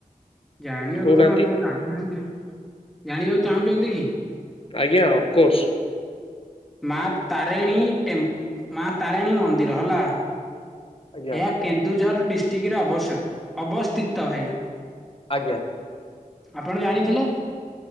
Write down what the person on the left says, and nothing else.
କହୁନାହାନ୍ତି
ଆଜ୍ଞା। ଅପକୋର୍ସ।
ଆଜ୍ଞା
ଆଜ୍ଞା।